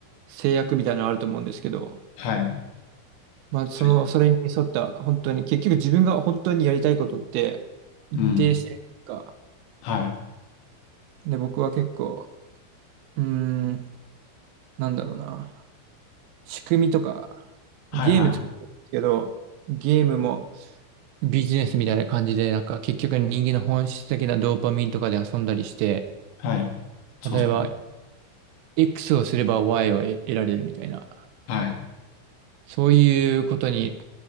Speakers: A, on the right; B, on the left.
A: 制約みたいなのあると思うんですけど、
B: はい。
A: まあ、その、
B: うす
A: それに沿った、本当に、結局自分が本当にやりたいことって、一定してるか。
B: ん。はい。
A: で、僕は結構、うーん、なんだろうな。仕組みとか、
B: はいはい。
A: ゲーム作ってるんですけど、ゲームもビジネスみたいな感じで、なんか結局人間の本質的なドーパミンとかで遊んだりして、
B: はい。そうっすね
A: 例えば X をすれば Y を得得られるみたいな、
B: はい。
A: そういうことに